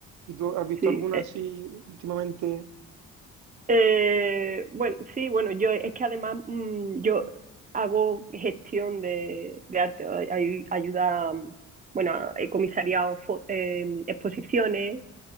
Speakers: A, on the right; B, on the right.
A: ¿Y tú has visto
B: sí.
A: alguna
B: eh,
A: así últimamente?
B: Eh, bueno, sí, bueno, yo es que además mm, yo hago gestión de, de arte, ay- ay- ayuda, mm, bueno, a- he comisariado fo- eh, exposiciones,